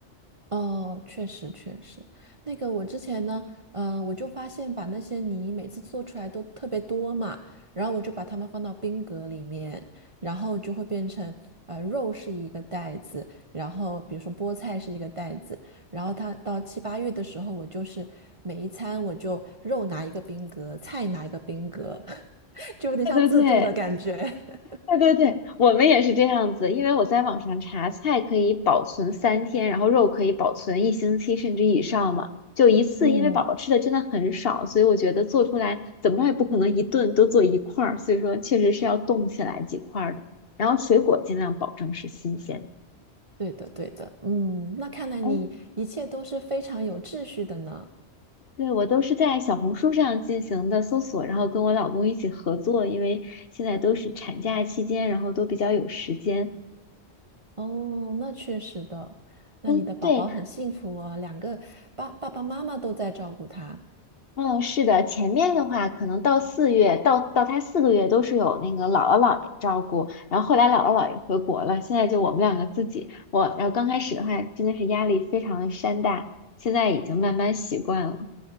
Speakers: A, on the right; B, on the left.
A: 哦，确实确实，那个我之前呢，嗯，我就发现把那些泥每次做出来都特别多嘛，然后我就把它们放到冰格里面，然后就会变成，呃，肉是一个袋子，然后比如说菠菜是一个袋子，然后它到七八月的时候，我就是每一餐我就肉拿一个冰格，菜拿一个冰格，<laughs> 就有点像自助的感觉。
B: 对对对，
A: <laughs>
B: 对对对，我们也是这样子，因为我在网上查，菜可以保存三天，然后肉可以保存一星期甚至以上嘛。就一次，
A: 嗯，
B: 因为宝宝吃的真的很少，所以我觉得做出来怎么着也不可能一顿都做一块儿，所以说确实是要冻起来几块儿的。然后水果尽量保证是新鲜的。
A: 对的对的，嗯，那看来你一切都是非常有秩序的呢。
B: 哦，对，我都是在小红书上进行的搜索，然后跟我老公一起合作，因为现在都是产假期间，然后都比较有时间。
A: 哦，那确实的，那你的宝宝很幸福哦，
B: 嗯，对，
A: 两个爸爸爸妈妈都在照顾他。
B: 嗯，是的，前面的话可能到四月，到到他四个月都是有那个姥姥姥爷照顾，然后后来姥姥姥爷回国了，现在就我们两个自己，我，然后刚开始的话真的是压力非常的山大，现在已经慢慢习惯了。